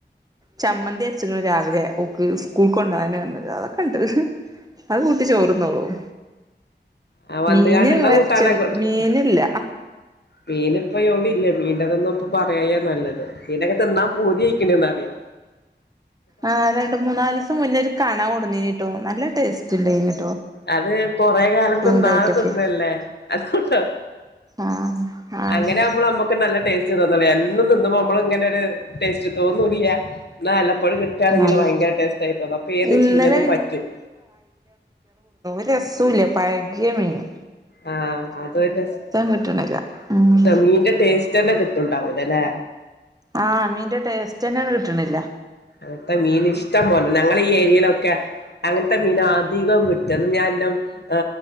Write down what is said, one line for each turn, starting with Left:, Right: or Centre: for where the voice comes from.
Right: ചമ്മന്തി അരച്ചിക്ക്‌ണ് രാവിലെ ഓക്ക് സ്കൂൾക്ക്‌ കൊണ്ടോവാന് റഞ് അതൊക്കെ ഉണ്ട് അത് കൂട്ടി ചോറ്ന്നോളും
Left: ആ വന്നുകാണ്ടുള്ള
Right: മീന് എറച്ചി
Left: കൂട്ടാനെക്കെ കൊടുക്കും
Right: മീനില്ല
Left: മീനിപ്പ എവിടെം ഇല്ല മീന്റെതൊന്നും ഇ പറയായി നല്ലത് മീൻ ഒക്കെ തിന്നാ പൂതി ആയിക്ക്ണ്ന്ന്റിയാം
Right: ആ രണ്ട് മൂന്നാല് ദിവസം മുന്നേ ഒരു കണ കൊടുന്നീന്ട്ടോ നല്ല ടേസ്റ്റ് ഉണ്ടായിന്
Left: അത് കൊറെ കാലം തിന്നാതെ
Right: ഇതായിട്ടൊക്കെ
Left: തിന്നല്ലേ അതുകൊണ്ട
Right: ആഹ് ആഹ്
Left: അങ്ങനെ ആകുമ്പോ നമ്മുക്ക് നല്ല ടേസ്റ്റ് തോന്നുള്ള എന്നും തിന്നുമ്പോ നമ്മള് ഇങ്ങനെ ഒരു ടേസ്റ്റ് തോന്നൂല്ല ന വല്ലപ്പോഴും കിട്ടാണെങ്കിൽ
Right: ആഹ്
Left: ഭയങ്കര ടേസ്റ്റ് ആയിത്തോന്ന അപ്പൊ ഏത്
Right: ഇന്നലെ
Left: ചീഞ്ഞതും പറ്റും
Right: ഒരുറസുല്ല പയഗിയമീന്
Left: ആ അധോരു രസമീന്റെ
Right: കിട്ട്ണില്ല ഉം
Left: ടേസ്റ്റ് തന്നെ കിട്ടണ്ടാവൂല ഇല്ലേ
Right: ആ മീന്റെ ടേസ്റ്റ് തന്നെയ കിട്ടണില്ല
Left: അങ്ങത്തെ മീൻ ഇഷ്ടം പോലെണ്ട് ഞങ്ങള ഈ ഏരിയയിലൊക്കെ അങ്ങനത്തെ മീനാ അധികം കിട്ട ന്ന് ഞാൻ എന്റെ മോ ആ